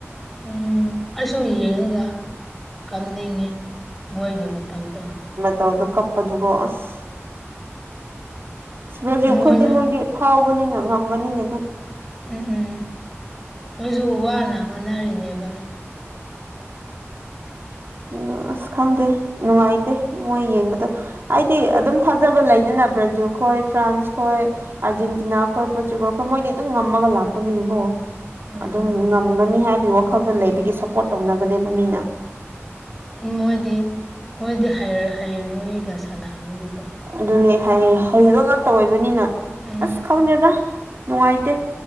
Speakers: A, in the centre; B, on the right (about 55°).
A: ꯎ ꯑꯩꯁꯨ ꯌꯦꯡꯉꯒ ꯀꯝꯅꯤꯡꯉꯤ ꯃꯣꯏꯒꯤ ꯃꯇꯧꯗ
B: ꯇꯧꯗ ꯀꯞꯄꯗꯨꯒꯣ ꯑꯁ ꯑ ꯔꯖꯤ
A: ꯃꯣꯏꯁꯨ
B: ꯑꯩꯈꯣꯏꯗꯤ ꯃꯣꯏꯗꯤ ꯐꯥꯎꯕꯅꯤꯅ ꯉꯝꯒꯅꯤꯅꯦ ꯑꯗꯨ
A: ꯎꯝ ꯎꯝ ꯃꯣꯏꯁꯨ ꯋꯥꯅ ꯍꯣꯠꯅꯔꯤꯅꯦꯕ <inaudible>
B: ꯎꯝ ꯑꯁ ꯈꯪꯗꯦ ꯅꯨꯡꯉꯥꯏꯇꯦ ꯃꯣꯏ ꯌꯦꯡꯕꯗ ꯑꯩꯗꯤ ꯑꯗꯨꯝ ꯊꯥꯖꯕ ꯂꯩꯗꯅ ꯕ꯭ꯔꯥꯖꯤꯜ ꯈꯣꯏ ꯐ꯭ꯔꯥꯟꯁ ꯈꯣꯏ ꯑꯥꯔꯖꯦꯟꯇꯤꯅꯥ ꯈꯣꯏ ꯄ꯭ꯔꯣꯇꯨꯒꯜ ꯈꯣꯏ ꯃꯣꯏꯗꯤ ꯑꯗꯨꯝ ꯉꯝꯃꯒ ꯂꯥꯛꯄꯅꯤꯅꯀꯣ
A: ꯎꯝ
B: ꯑꯗꯨꯝ ꯉꯝꯒꯅꯤ ꯍꯥꯏꯕꯒꯤ ꯋꯥꯈꯜꯗꯣ ꯂꯩꯕꯒꯤ ꯁꯞꯄꯣꯔꯠ ꯇꯧꯅꯕꯅꯦꯕ ꯃꯤꯅ
A: ꯃꯣꯏꯗꯤ ꯃꯣꯏꯗꯤ ꯍꯥꯏꯔꯨ ꯅꯣꯏꯒ ꯁꯥꯟꯅꯕꯒꯤꯀꯣ
B: ꯑꯗꯨꯅꯦ ꯍꯩꯕ ꯉꯥꯛꯇ ꯑꯣꯏꯕꯅꯤꯅ
A: ꯎꯝ
B: ꯑꯁ ꯈꯪꯗꯦꯗ ꯅꯨꯡꯉꯥꯏꯇꯦ